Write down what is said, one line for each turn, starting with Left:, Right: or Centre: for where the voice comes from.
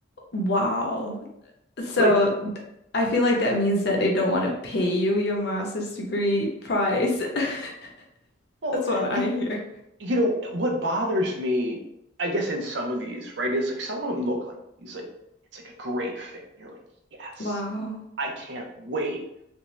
Left: Wow. So
Right: Like, So,
Left: I feel like that means that they don't want to pay you your master's degree price. <laughs>
Right: well,
Left: That's what
Right: you,
Left: I hear.
Right: you know, what bothers me, I guess, in some of these, right, is like some of them look like he's like, it's like a great fit. And you're like, yes,
Left: Wow.
Right: I can't wait